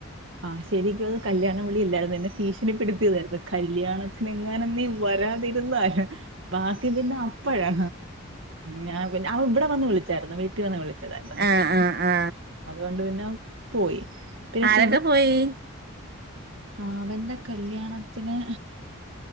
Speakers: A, on the right (about 65°); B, on the right (about 45°).
A: ആഹ് ശരിക്കും അത് കല്യാണം വിളി ഇല്ലായിരുന്നു എന്നന്നെ ഭീഷണി പെട് <unintelligible> കല്യാണത്തിന് എങ്ങനെ നീ വരാതിരുന്നല് ബാക്കി പിന്നെ അ പ്പഴാ ഞാ പിന്നെ അവ ഇവിടെ വന്ന് വിളിച്ചായിരുന്നു വീട്ടിൽ വന്ന് വിളിച്ചതായിരുന്നു കല്യാണം
B: ആ ആ ആ
A: അത് കൊണ്ട് പിന്നെ പോയി. പേശ്
B: രൊക്കെ പോയി?
A: ആ അവന്റെ കല്യാണത്തിന്